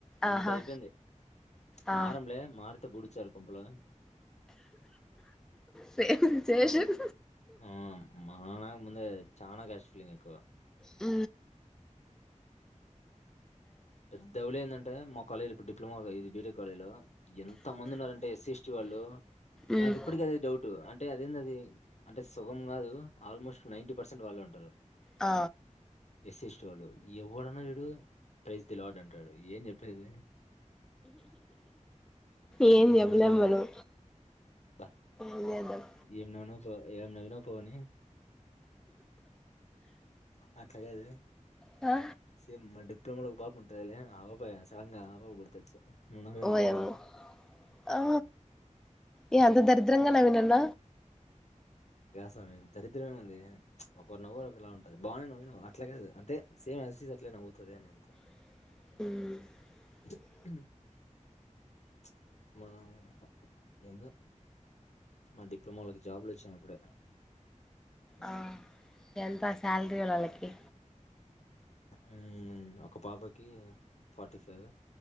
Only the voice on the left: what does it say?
అంత
అయిపోయింది.
మారంలే మారు త పుడిచ్చారు పంపులో
ఆ మనాకన్న ముందే చానా కసిపోయింది ఎక్కువ
పెద్దవులీ ఏందాంటే మొ కాలేజిల ఇప్పుడు డిప్లమగ ఇది బీ టెక్ కాలేజీ లో ఎంత మంది ఉన్నారుంటే ఎస్సి ఎస్టీ వాళ్ళు
నాకు ఇప్పటి ఆదే డౌట్ అం అంటే అదేందది అంటే సుగం గాదు ఆల్మోస్ట్ నైన్ట్టి పర్సెంట్ వాళ్ళే ఉంటారు.
ఎస్ ఎస్టీ వాళ్ళు ఎవడన్నా చూడు ప్రైజ్ దిలాడ్ అంటాడు. ఏం చెప్పేది
ఇంకేం
మాట్లడా
ల
ఏం నను పో ఏం నవ్వినావుపో అని అట్లా గాదు
సేమ్ మ డిప్లమో లో ఒక పాప ఉంటది లే ఆ పాప సడంగా ఆ పాప గుర్తొచ్చింది. నువ్వు నవ్వే
నవ్వడానికి.
నవ్వినవ్ దరిద్రం ఏమి ఉంది. ఒక నవ్వు ఒకలా ఉంటంది బాగానే నవ్వినవ్ అట్లానీ గదు అంటే సేమ్ యాజ్ ఇట్ ఇస్ అట్లనే పోతది అని అంతే.
హ మనం ఏందో మా డిప్లొమోళ్ళకి జాబులు వచ్చినయ్ ఇప్పుడే
<unintelligible>
ఉమ్ ఒక పాపకి ఫార్టీ ఫైవ్